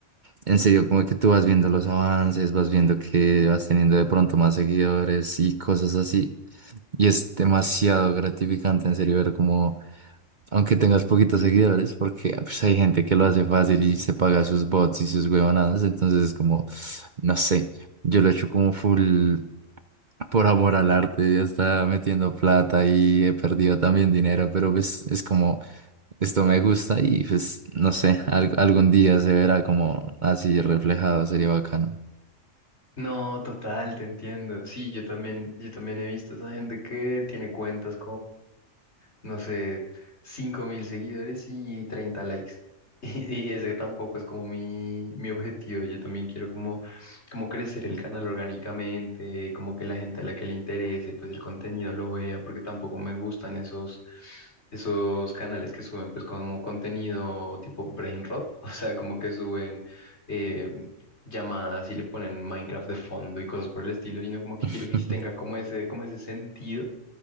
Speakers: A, on the right (about 45°); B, on the left (about 60°).
A: en serio, como que tú vas viendo los avances, vas viendo que vas teniendo de pronto más seguidores y cosas así. Y es demasiado gratificante en serio ver como, aunque tengas poquitos seguidores, porque pues, hay gente que lo hace fácil y se paga sus bots y sus huevonadas, entonces es como, no sé. Yo lo he hecho como full por amor al arte, ya está metiendo plata y he perdido también dinero, pero pues es como, esto me gusta y pues no sé, al- algún día se verá como así reflejado, sería bacano.
B: No, total, te entiendo. Sí, yo también, yo también he visto esa gente que tiene cuentas no sé, cinco mil seguidores y 30 likes. <laughs> Y, y ese tampoco es como mi, mi objetivo. Yo también quiero como, como crecer el canal orgánicamente, como que la gente a la que le interese, pues el contenido lo vea, porque tampoco me gustan esos, esos canales que suben pues como contenido tipo brain rot, <laughs> o sea, como que suben eh, llamadas y le ponen Minecraft de fondo y cosas por el estilo, sino como que
A: <laughs>
B: quiero que sí tenga como ese, como ese sentido